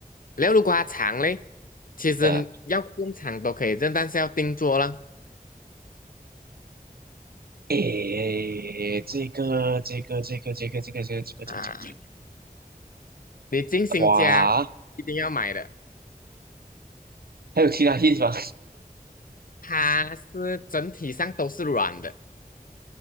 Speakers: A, on the left (about 65°); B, on the right (about 85°).
A: 然后如果它长嘞，其实要更长都可以，
B: 呃，
A: 但但是要定做了
B: 诶，这个这个这个这个这个这个这个这个这
A: 啊。你进新家一定要买的，
B: 个，哇，还有其他意思吗？
A: 它是整体上都是软的，